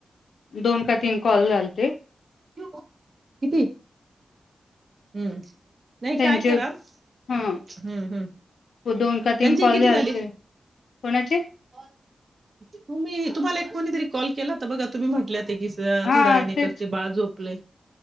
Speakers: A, on the left (about 90°); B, on the right (about 50°).
A: दोन का तीन कॉल झाल्लते.
B: दिऊ का? किती. हम्म. नाही
A: त्यांचे
B: काय करा हम्
A: ह
B: हम्
A: दोन का तीन
B: त्यांची
A: कॉल
B: किती
A: झालते
B: झाली.
A: कोणाचे
B: कॉल, तुम्ही तुम्हाला एक कोणीतरी कॉल केला होता बघा तुम्ही म्हटल्यात. ते किस
A: हा
B: थोड्या वेळानी
A: तेच
B: करते बाळ झोपलय.